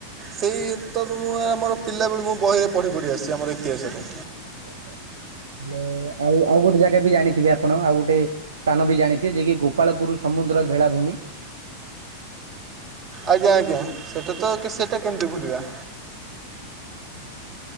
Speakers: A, on the right; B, on the right.
A: ସେଇ ତ ମୁଁ ଆମର ପିଲାବେଳୁ ମୁଁ ବହିରେ ପଢ଼ି ପଢ଼ି ଆସିଛି ଆମର ଇତିହାସରେ।
B: ତାହେଲେ ଆଉ ଆଉ ଗୋଟେ ଜାଗା ବି ଜାଣିଥିବେ ଆପଣ ଆଉ ଗୋଟେ ସ୍ଥାନ ବି ଜାଣିଥିବେ ଯିଏ କିି ଗୋପାଳପୁର ସମୁଦ୍ର ଭେଳାଭୂମି।
A: ଆଜ୍ଞା ଆଜ୍ଞା ସେଟା ତ କି ସେଟା କେମିତି ଭୁଲିବା।
B: <unintelligible>